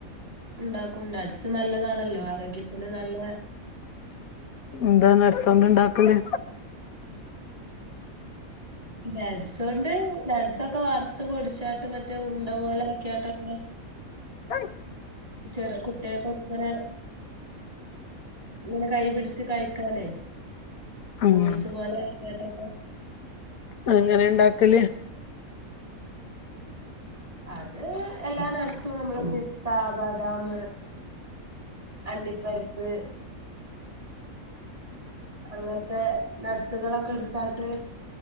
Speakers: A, on the right; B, on the left.
A: ഉണ്ടാക്കും നട്ട്സ് നല്ലതാണല്ലോ ആരോഗ്യത്തിന് നല്ല
B: എന്താ നട്ട്സൊണ്ട് ഇണ്ടാക്കല്.
A: നട്ട്സ്സൊക്കെ വറുത്ത് പൊടിച്ചാട്ട് മറ്റേ ഉണ്ട പോലെ ആക്കിയാട്ടൊക്കെ.
B: ആഹ്
A: ചെറ കുട്ടികൊക്കെ ഇങ്ങനെ ഇങ്ങനെ കൈ പിടിച്ച് കഴിക്കാനേ
B: ഉം
A: ബോൾസ് പോലെ ആക്കിങ്ങട്ഒകൊ.
B: അങ്ങനെ ഉണ്ടാക്കല്.
A: അത് എല്ലാ നട്ട്സും നമ്മള് പിസ്ത ബാദാം അണ്ടിപ്പരുപ്പ് അങ്ങനത്തെ നട്ട്സുകളൊക്കെ എടുത്തട്ട്